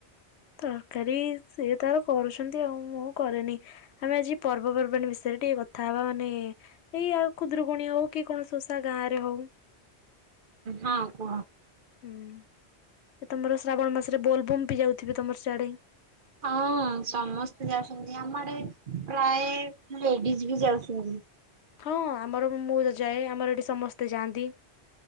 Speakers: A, on the left; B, on the right.
A: ତରକାରୀ ସେ ତାର କରୁଛନ୍ତି ଆଉ ମୁଁ କରେନି ଆମେ ଆଜି ପର୍ବପର୍ବାଣି ବିଷ ରେ ଟିକେ କଥା ହବା ମାନେ ଏଇ ଆଉ ଖୁଦୁରୁକୁଣୀ ହଉ କି କୈଣସି ଓଷା ଗାଁ ରେ ହଉ।
B: ହଁ କୁହ।
A: ହୁଁ ଏ ତମର ଶ୍ରାବଣ ମାସରେ ବୋଲବମ୍ ବି ଯାଉଥିବେ ତମର ସିଆଡେ।
B: ହଁ ସମସ୍ତେ ଯାଉଛନ୍ତି ଆମଆଡେ ପ୍ରାୟ ଲେଡିଜ ବି ଯାଉଛନ୍ତି।
A: ହଁ ଆମର ମୁଁ ତ ଯାଏ ଆମର ଏଠି ସମସ୍ତେ ଯାଆନ୍ତି।